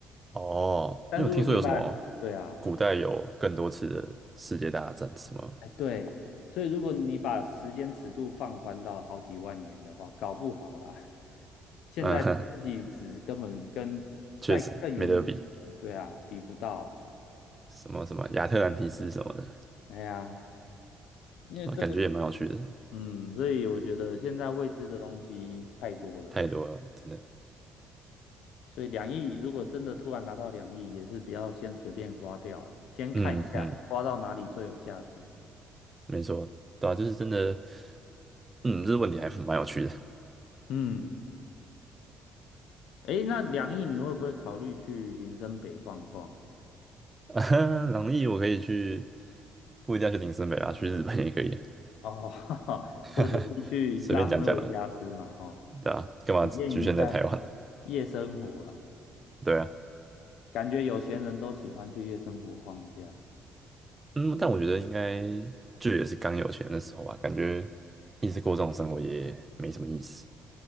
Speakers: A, on the right; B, on the left.
A: 哦，
B: 但如果你把，
A: 因为我听说有什么
B: 对啊，
A: 古代有更多次的世界大战，什么，
B: 哎，对，所以如果你把时间尺度放宽到好几万年的话，搞不好啦，现代科技只根本跟在更远古对啊，
A: 嗯 <laughs> 确实没得比，
B: 比不到。
A: 什么什么亚特兰提斯什么的，
B: 哎呀，因为这个，
A: 那感觉也蛮有趣的，
B: 嗯，所以我觉得现在未知的东西太多了，
A: 太多了，真的。
B: 所以两亿如果真的突然拿到两亿，也是不要先随便花掉了，先看一下花到哪里最有价值。
A: 嗯哼，没错，对啊，就是真的，嗯，这个问题还蛮有趣的。
B: 嗯，哎，那两亿你会不会考虑去林森北晃一晃？
A: <laughs> 啊，朗逸我可以去，不一定要去林森北啊，去日本也可以，
B: 哦，<laughs>
A: <laughs>
B: 或者是去拉斯维加斯嘛，
A: 随便讲讲的，
B: 哈，
A: 对啊，干嘛局限在台湾？
B: 体验一下夜生活啦。
A: <laughs> 对啊，
B: 感觉有钱人都喜欢去夜生活晃一下，
A: 嗯，但我觉得应该就也是刚有钱的时候吧，感觉一直过这种生活也没什么意思，